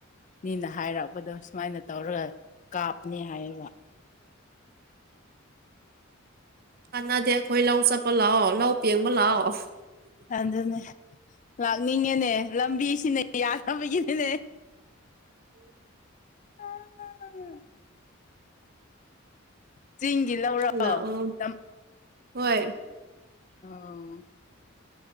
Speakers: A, on the left (about 35°); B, on the right (about 45°).
A: ꯃꯤꯅ ꯍꯥꯏꯔꯛꯄꯗꯣ ꯁꯨꯃꯥꯏꯅ ꯇꯧꯔꯒ ꯀꯥꯞꯅꯤ ꯍꯥꯏꯌꯦꯕ
B: ꯀꯥꯟꯅꯗꯦ ꯑꯩꯈꯣꯏ ꯂꯧ ꯆꯠꯄ ꯂꯥꯛꯑꯣ ꯂꯧ ꯄꯦꯡꯕ ꯂꯥꯛꯑꯣ
A: ꯑꯗꯨꯅꯦ ꯂꯥꯛꯅꯤꯡꯉꯦꯅꯦ ꯂꯝꯕꯤꯁꯤꯅ ꯌꯥꯅꯕꯒꯤꯅꯦ <unintelligible> ꯆꯤꯡꯒꯤ ꯂꯧꯔꯣ
B: ꯂꯥꯛꯑꯣ
A: ꯇꯝ
B: ꯍꯣꯏ
A: ꯑꯣ